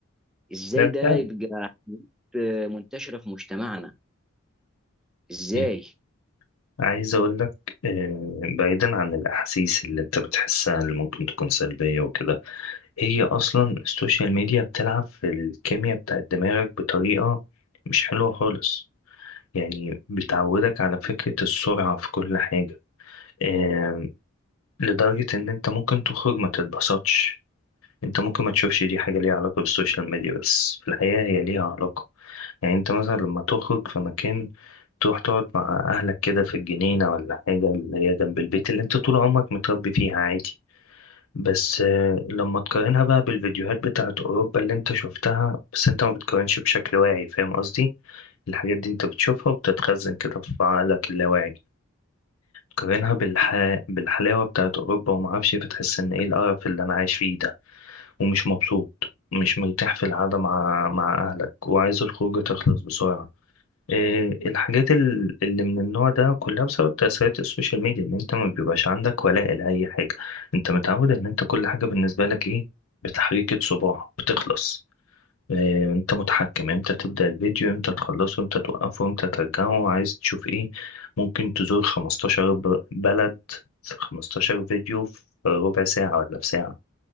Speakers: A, in the centre; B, on the left.
A: ازاي
B: لا
A: ده
B: فعلا
A: يبقى حاجات، آه، منتشرة في مجتمعنا ازاي
B: إيه. عايز أقول لك آه، بعيدا عن الأحاسيس اللي أنت بتحسها اللي ممكن تكون سلبية وكده هي اصلا السوشيال ميديا بتلعب في الكيمياء بتاعت دماغك بطريقة مش حلوة خالص يعني بتعودك على فكرة السرعة في كل حاجة آه لدرجة ان انت ممكن تخرج ما تتبسطش انت ممكن ما تشوفش دي حاجة ليها علاقة بالسوشيال ميديا بس في الحقيقة هي ليها علاقة يعني انت مثلا لما تخرج في مكان تروح تقعد مع اهلك كده في الجنينة ولا حاجة اللي هي جنب البيت اللي انت طول عمرك متربي فيها عادي بس آه، لما تقارنها بقى بالفيديوهات بتاعت أوروبا اللي أنت شفتها بس أنت ما بتقارنش بشكل واعي فاهم قصدي؟ الحاجات دي أنت بتشوفها وبتتخزن كده في عقلك اللاواعي تقارنها بالح... بالحلاوة بتاعت أوروبا وما أعرفش إيه، فتحس إن إيه القرف اللي أنا عايش فيه ده ومش مبسوط ومش مرتاح في القعدة مع مع أهلك وعايز الخروجة تخلص بسرعة إيه، الحاجات ال- اللي من النوع ده كلها بسبب تأثيرات السوشيال ميديا ان انت ما بيبقاش عندك ولاء لأي حاجة انت متعود ان انت كل حاجة بالنسبة لك ايه بتحريكة صباع بتخلص إيه، انت متحكم امتى تبدأ الفيديو امتى تخلصه امتى توقفه امتى ترجعه عايز تشوف ايه ممكن تزور 15 ب- بلد في 15 فيديو في ربع ساعة ولا في ساعة